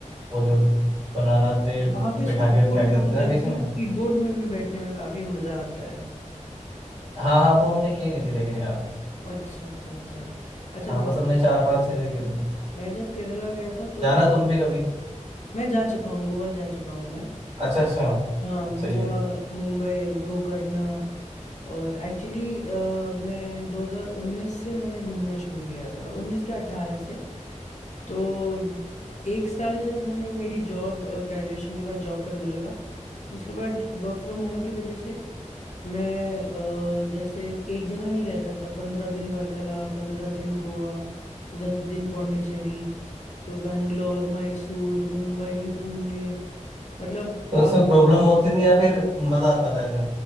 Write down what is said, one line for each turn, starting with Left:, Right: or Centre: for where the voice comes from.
Right: वो जो बनाना से
Left: वहां पे
Right: बिठा
Left: स्पीड
Right: के
Left: बोट
Right: फेंक
Left: भी
Right: देते
Left: तो
Right: थे
Left: चलती
Right: ना बीच में
Left: है स्पीड बोट में भी बैठने में काफी मजा आता है
Right: हाँ हाँ वो हमने की नहीं थी लेकिन यार
Left: अच्छा अच्छा अच्छा अच्छा
Right: हाँ
Left: मैं
Right: बस हमने चार पांच चीजें की थी
Left: मैं जब केरला गया था तो
Right: जाना तुम भी कभी
Left: मैं जा चुका हूँ गोवा जा चुका हूँ मैं
Right: अच्छा अच्छा
Left: हाँ
Right: हाँ, सही
Left: गोवा
Right: है
Left: मुंबई गोकर्णा और एक्चुअली मैं 2019 से मैंने घूमना शुरू किया था 19 के 18 से तो द- एक साल जब मैंने मेरी जॉब ग्रेजुएशन के बाद जॉब करने लगा उसके बाद वर्क फ्रॉम होम की वजह से मैं अ, जैसे एक जगह नहीं रहता था पंद्रह दिन वर्कला पंद्रह दिन गोवा दस दिन पौंडीचेरी तो बैंगलोर मैसूर मुंबई पुणे मतलब
Right: तो
Left: आप
Right: उसमें प्रॉब्लम होती थी या फिर मजा आता था ऐसे